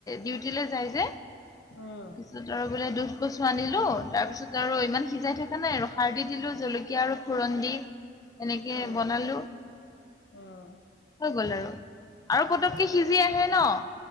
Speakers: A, on the left (about 20°); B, on the left (about 85°).
A: ডিউটিলে যায় যে। তাৰপিছত
B: উম
A: আৰু বোলে দুধ কচু আনিলো তাৰপিছত আৰু। ইমান সিজাই থকা নাই ৰ সাৰ দি দিলো জলকীয়া আৰু ফুৰন দি এনেকে
B: উম
A: বনালো।
B: উম
A: হৈ গল আৰু আৰু পতকে
B: উম উম
A: সিজি আহে ন।